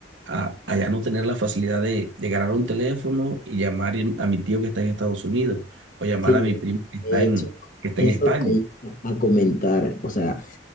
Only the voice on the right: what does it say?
a, a ya no tener la facilidad de, de agarrar un teléfono y llamar y- a mi tío que está en Estados Unidos o llamar
a mi primo que está
en, que está
en España?